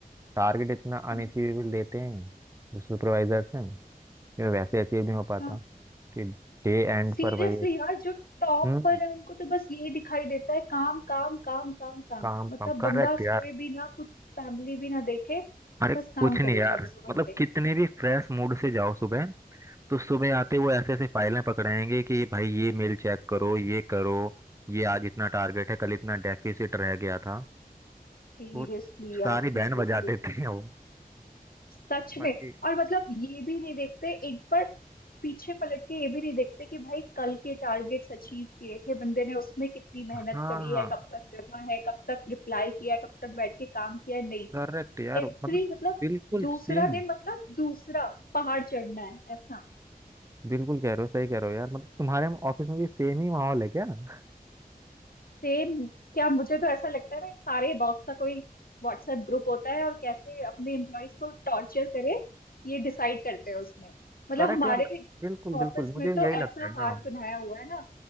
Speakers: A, on the right; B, on the left.
A: टारगेट इतना
B: हाँ,
A: अनअचीवेबल देते हैं सुपरवाइजर से कि वैसे अचीव नहीं
B: अच्छा
A: हो पाता कि डे एंड
B: सीरियसली
A: पर भाई एक
B: यार जो टॉप
A: हम्म
B: पर है उनको तो बस यही दिखाई देता है काम काम काम काम काम
A: काम
B: मतलब
A: कम
B: बंदा
A: करेक्ट यार।
B: सोए भी ना कुछ फैमिली भी ना देखे
A: अरे
B: बस काम
A: कुछ नहीं
B: करे
A: यार
B: चौबीसों
A: मतलब
B: घंटे
A: कितने भी फ्रेश मूड से जाओ सुबह तो सुबह आते वो ऐसे ऐसे फाइलें पकड़ाएंगे कि भाई ये मेल चेक करो ये करो ये आज इतना टारगेट है कल इतना डेफिसिट रह गया था
B: सीरियसली
A: तो
B: यार
A: सारी
B: सीरियसली
A: बैंड बजा देते हैं वो
B: सच
A: बाकी
B: में और मतलब ये भी नहीं देखते एक बार पीछे पलट के ये भी नहीं देखते कि भाई कल के टारगेट्स अचीव किए थे बंदे ने उसमें कितनी मेहनत
A: हाँ
B: करी
A: हाँ
B: है कब तक जगा है कब तक रिप्लाई किया है कब तक बैठ के काम किया है नहीं
A: करेक्ट यार
B: एवरी
A: मतलब
B: मतलब
A: बिल्कुल
B: दूसरा
A: सेम
B: दिन मतलब दूसरा पहाड़ चढ़ना है ऐसा
A: बिल्कुल कह रहे हो सही कह रहे हो यार मतलब तुम्हारे ऑफिस में भी सेम ही माहौल है क्या <laughs>
B: सेम क्या मुझे तो ऐसा लगता है ना सारे बॉस का कोई व्हाट्सएप ग्रुप होता है और कैसे अपने एम्प्लॉयज को टॉर्चर करे ये डिसाइड करते हैं उसमें मतलब
A: करेक्ट
B: हमारे
A: यार बिल्कुल बिल्कुल
B: ऑफिस
A: मुझे
B: में
A: भी
B: तो
A: यही लगता
B: ऐसा
A: है ना
B: हाल बनाया हुआ है ना